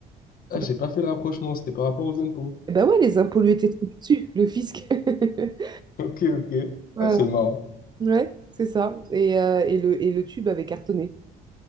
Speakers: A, on the left (about 60°); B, on the right (about 25°).
A: Ah,
B: C'est
A: j'ai
B: pas-
A: pas fait le rapprochement, c'était par rapport aux impôts. <laughs>
B: Eh ben ouais, les impôts lui étaient tombés dessus, le fisc. <laughs>
A: Ok, ok.
B: Voilà.
A: Ah, c'est marrant.
B: Ouais, c'est ça. Et, euh, et le, et le tube avait cartonné.